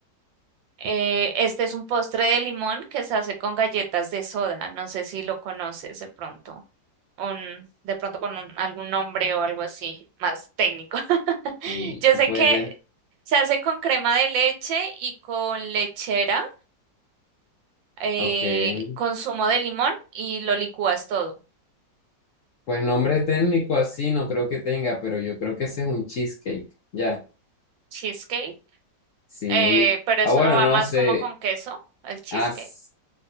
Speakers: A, on the right; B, on the left.
A: Eh, este es un postre de limón que se hace con galletas de soda. No sé si lo conoces de pronto. Un, de pronto con un- algún nombre o algo así más técnico. <laughs>
B: Y
A: Yo sé
B: Pues
A: que
B: de,
A: se hace con crema de leche y con lechera, eh,
B: ok,
A: con zumo de limón y lo licúas todo.
B: pues nombre técnico así no creo que tenga, pero yo creo que ese es un cheesecake, ya,
A: Cheesecake.
B: sí.
A: eh, pero
B: Ah,
A: eso
B: bueno,
A: no va
B: no
A: más
B: sé,
A: como con queso, el cheesecake.
B: as,